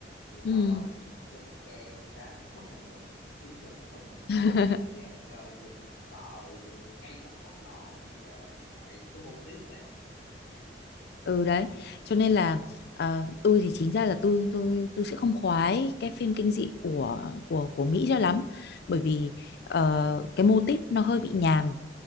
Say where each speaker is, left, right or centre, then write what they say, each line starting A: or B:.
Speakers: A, on the left (about 85°); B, on the left (about 60°).
A: thì
B: ừ
A: sau đó bị jump scare một cái bất thình lình khiến cho bản thân mình
B: <laughs>
A: có một cái cảm giác ờ, giật mình sợ ngay khoảnh khắc đó thì bây giờ hiện tại cái mô típ nó đang là như thế.
B: ừ đấy cho nên là ờ, tôi thì chính ra là tôi tôi tôi sẽ không khoái cái phim kinh dị của của của Mỹ cho lắm bởi vì ờ, cái mô típ nó hơi bị nhàm